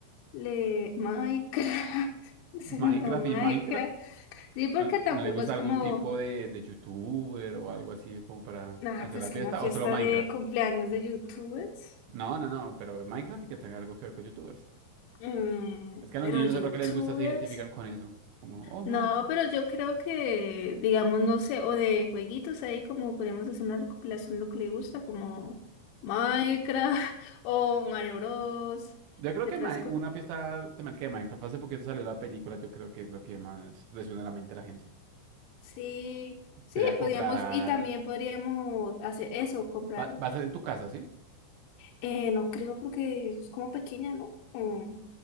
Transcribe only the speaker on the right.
Minecraft
y Minecraft.
¿No,
no le gusta
algún
tipo de, de youtuber o algo así como para
hacer
la
fiesta?
¿O solo Minecraft?
No, no, no, pero Minecraft y que tenga algo que ver con youtubers.
Es que a los
niños
no sé por qué les gusta, se identifican con eso. Como, oh no.
sí.
Yo creo
que
Mi-
una fiesta temática de Minecraft, hace poquito salió la película, yo creo que es lo que más le suena a la mente a la gente.
Sería comprar.
Va, va a ser en tu casa, ¿sí?